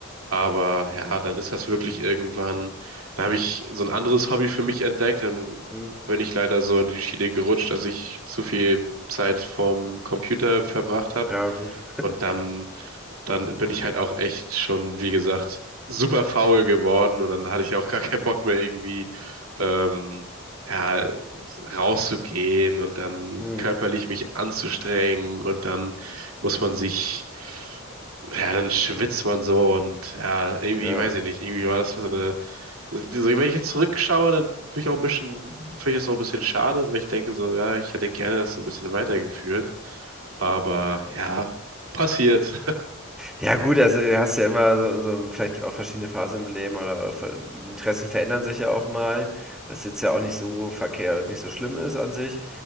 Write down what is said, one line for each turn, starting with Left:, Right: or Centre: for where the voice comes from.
Right: Aber ja, dann ist das wirklich irgendwann, da habe ich so ein anderes Hobby für mich entdeckt, dann
Centre: mhm.
Right: bin ich leider so in die Schiene gerutscht, dass ich zu viel Zeit vorm Computer verbracht habe.
Centre: Ja, gut.
Right: Und dann dann bin ich halt auch echt schon, wie gesagt, super faul geworden und dann hatte ich auch gar keinen Bock mehr irgendwie ähm, ja, rauszugehen und dann
Centre: Mhm,
Right: körperlich mich anzustrengen und dann muss man sich, ja, dann schwitzt man so und ja, irgendwie,
Centre: ja.
Right: weiß ich nicht, irgendwie war das so eine, so, wenn ich jetzt zurückschaue, dann bin ich auch ein bisschen, finde ich das auch ein bisschen schade, weil ich denke so, ja, ich hätte gerne das so ein bisschen weitergeführt, aber ja, passiert.
Centre: Ja gut, also, äh, hast ja immer so so vielleicht auch verschiedene Phasen im Leben oder auch ver die Interessen verändern sich ja auch mal, was jetzt ja auch nicht so verkehrt und nicht so schlimm ist an sich.